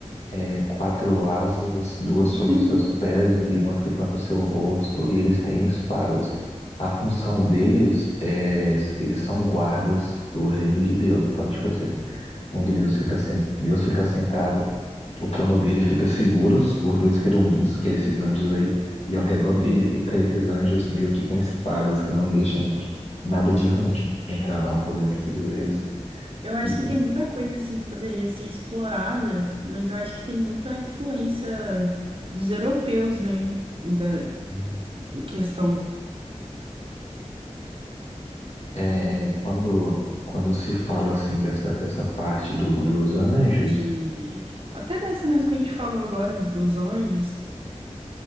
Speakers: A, on the left; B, on the right.
A: É, quatro asas, duas
B: <laughs>
A: sobre os seus pés e uma que tampa seu rosto, e eles têm espadas. A função deles é, eles são guardas do reino de Deus. Então, tipo assim, onde Deus fica, sen- Deus fica sentado, o trono dele fica seguro por dois querubins, que é esses anjos aí, e ao redor dele
B: Sim.
A: fica esses anjos meio que com espadas, que não deixam nada de ruim entrar lá, podendo se dizer
B: sim.
A: assim.
B: Eu acho
A: E,
B: que tem muita coisa assim que poderia ser explorada, mas eu acho que tem muita influência dos europeus, né? Da
A: e-
B: em questão
A: É, quando, quando se fala assim dessa, dessa parte do- dos anjos,
B: de até dessa mesmo que a gente falou agora de- dos anjos.